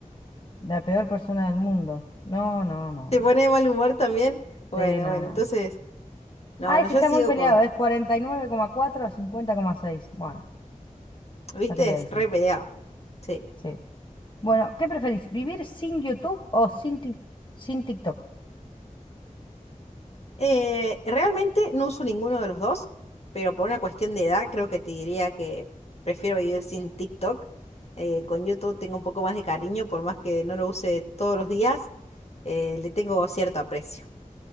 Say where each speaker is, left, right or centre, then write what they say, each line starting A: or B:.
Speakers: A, on the left (about 35°); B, on the left (about 50°).
A: la peor persona del mundo. No, no, no,
B: ¿Te pone
A: no.
B: de mal humor también? Bueno,
A: Sí, no,
B: bueno,
A: no.
B: entonces, no,
A: Ah, ese
B: no, yo
A: está
B: sigo
A: muy peleado,
B: con,
A: es cuarenta y nueve coma cuatro a cincuenta coma seis. Bueno,
B: viste,
A: está peleadísimo.
B: es re peleado. Sí.
A: Sí. Bueno, ¿qué preferís? ¿Vivir sin YouTube o sin, Tik- sin TikTok?
B: Eh, realmente no uso ninguno de los dos, pero por una cuestión de edad creo que te diría que prefiero vivir sin TikTok. Eh, con YouTube tengo un poco más de cariño, por más que no lo use todos los días, eh, le tengo cierto aprecio.